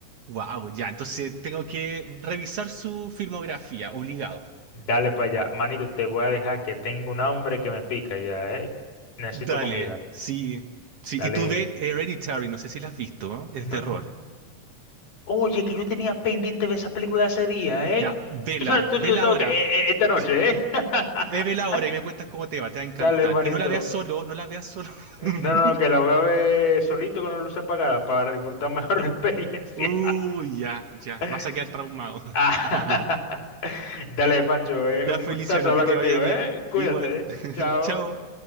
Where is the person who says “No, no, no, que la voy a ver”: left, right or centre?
Left